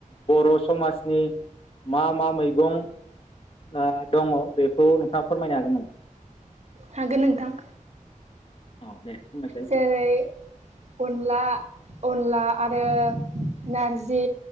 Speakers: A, on the left; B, on the right.
A: बर' समाजनि मा मा मैगं ओ दङ' बेखौ नोंथाङा फोरमायनो हागोन नामा?
B: हागोन नोंथां।
A: औ दे। बुंनायसाय
B: जेरै अनला अनला आरो नार्जि